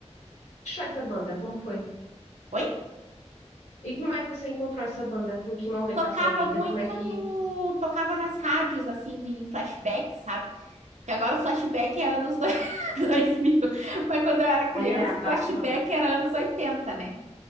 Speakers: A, on the left; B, on the right.
A: você achou essa banda? Como foi?
B: Oi?
A: E como é que você encontrou essa banda? Em que momento
B: Tocava
A: da sua vida?
B: muito
A: Como é que
B: no. Tocava nas rádios, assim, em flashback, sabe? Porque agora o flashback é anos <laughs> dois mil, Mas quando eu era criança,
A: mulher abafa?
B: o flashback era anos 80, né?